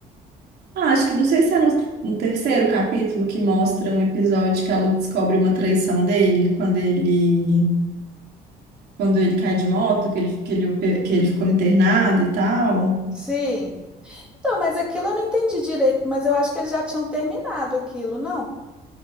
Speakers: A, on the right (about 70°); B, in the centre.
A: Ah, acho que não sei se é no, no terceiro capítulo que mostra um episódio que ela descobre uma traição dele quando ele quando ele cai de moto, que ele, que ele, ope- que ele ficou internado e tal.
B: Sim. Então, mas aquilo eu não entendi direito, mas eu acho que eles já tinham terminado aquilo, não?